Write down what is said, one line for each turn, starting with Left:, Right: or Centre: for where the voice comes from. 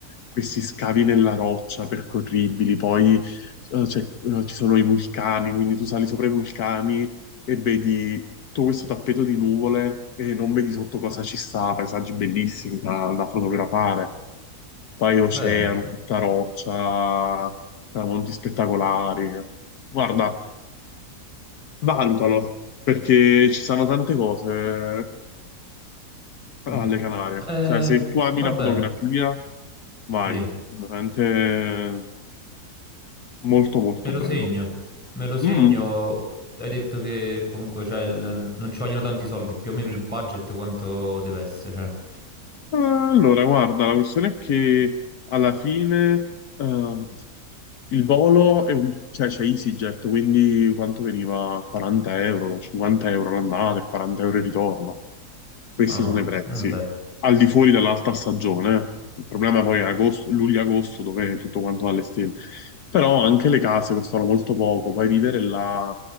Left: questi scavi nella roccia percorribili, poi eh, cioè, eh, ci sono i vulcani, quindi tu sali sopra i vulcani e vedi tutto questo tappeto di nuvole e non vedi sotto cosa ci sta, paesaggi bellissimi da, da fotografare, poi oceano,
Centre: Bello.
Left: tutta roccia, eh, monti spettacolari. Guarda, valutalo, perché ci sono tante cose alle
Centre: Mm.
Left: Canarie.
Centre: Eh,
Left: Cioè, se tu ami
Centre: vabbè,
Left: la fotografia, vai,
Centre: sì,
Left: veramente molto molto
Centre: me lo
Left: bello.
Centre: segno, me lo segno.
Left: Mm.
Centre: Hai detto che comunque cioè, il- non ci vogliono tanti soldi, più o meno il budget quanto deve essere. Cioè.
Left: Allora, guarda, la questione è che alla fine eh, il volo è un... cioè c'è EasyJet, quindi quanto veniva? 40 euro, 50 euro l'andata e 40 euro il ritorno. Questi
Centre: Ah,
Left: sono i prezzi,
Centre: vabbè.
Left: al di fuori dell'alta stagione. eh. Il problema poi è agosto, luglio-agosto, dove è tutto quanto va alle stelle. Però anche le case costano molto poco, poi vivere là